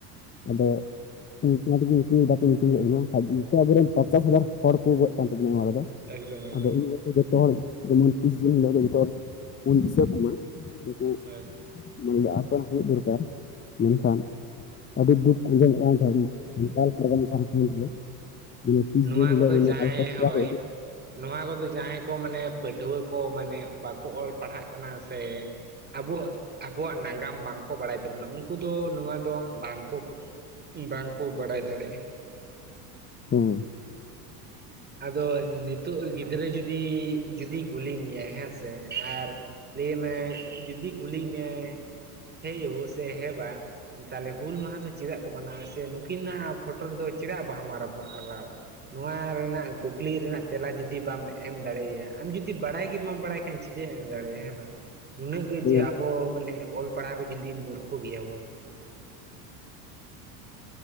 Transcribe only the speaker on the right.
ᱮᱠᱫᱚᱢ ᱮᱠᱫᱚᱢ
ᱦᱚᱭ
ᱱᱚᱣᱟ
ᱠᱚᱫᱚ ᱡᱟᱦᱟᱸᱭ
ᱦᱳᱭ
ᱱᱚᱣᱟ ᱠᱚᱫᱚ ᱡᱟᱦᱟᱸᱭ ᱠᱚ ᱢᱟᱱᱮ ᱯᱟᱹᱴᱷᱩᱣᱟᱹ ᱠᱚ ᱢᱟᱱᱮ ᱵᱟᱠᱚ ᱚᱞ ᱯᱟᱲᱦᱟᱜ ᱠᱟᱱᱟ ᱥᱮᱼᱼ ᱟᱵᱚ ᱟᱵᱚᱣᱟᱜ ᱱᱟᱸᱜᱟᱢ ᱵᱟᱝᱠᱚ ᱵᱟᱲᱟᱭ ᱛᱟᱵᱚᱱᱟ ᱩᱱᱠᱩ ᱫᱚ ᱱᱚᱣᱟ ᱫᱚ ᱵᱟᱝᱼᱠᱚ ᱚᱸ ᱵᱟᱝᱼᱠᱚ ᱵᱟᱲᱟᱭ ᱫᱟᱲᱮᱜᱼᱟ᱾
ᱟᱫᱚ ᱱᱤᱛᱚᱜ ᱜᱤᱫᱽᱨᱟᱹ ᱡᱩᱫᱤ ᱡᱩᱫᱤᱭ ᱠᱩᱞᱤ ᱢᱮᱭᱟᱭ ᱦᱮᱸ ᱥᱮ ᱟᱨᱼᱼ ᱞᱟᱹᱭ ᱢᱟ ᱡᱩᱫᱤ ᱠᱩᱞᱤᱢᱮᱭᱟ ᱦᱮᱭᱳ ᱥᱮ ᱦᱮᱵᱟ᱾ ᱛᱟᱦᱞᱮ ᱦᱩᱞ ᱢᱟᱦᱟ ᱫᱚ ᱪᱮᱫᱟᱜ ᱠᱚ ᱢᱟᱱᱟᱣᱟ ᱥᱮ ᱱᱩᱠᱤᱱᱟᱜ ᱯᱷᱳᱴᱳ ᱨᱮᱫᱚ ᱪᱮᱫᱟᱜ ᱵᱟᱦᱟ ᱢᱟᱨᱟ ᱵᱚᱱ ᱟᱨᱟᱣᱼᱟ᱾ ᱱᱚᱣᱟ ᱨᱮᱱᱟᱜ᱾ ᱠᱩᱠᱞᱤ ᱨᱮᱱᱟᱜ ᱛᱮᱞᱟ ᱡᱩᱫᱤ ᱵᱟᱢ ᱮᱢ ᱫᱟᱲᱮᱭᱟᱭᱟ ᱟᱢ ᱡᱩᱫᱤ ᱵᱟᱲᱟᱭ ᱜᱮ ᱵᱟᱢ ᱵᱟᱲᱟᱭ ᱠᱷᱟᱱ ᱪᱤᱠᱟᱹᱢ ᱮᱢ ᱫᱟᱲᱮᱭᱟᱭᱟ ᱦᱮᱸ ᱵᱟᱝ? ᱱᱩᱱᱟᱹᱜ ᱜᱮ
ᱡᱮ ᱟᱵᱚ ᱢᱟᱱᱮ ᱚᱞ ᱯᱟᱲᱦᱟᱣ ᱨᱮ ᱡᱩᱫᱤ ᱢᱩᱨᱠᱷᱚ ᱜᱮᱭᱟ ᱵᱚᱱ᱾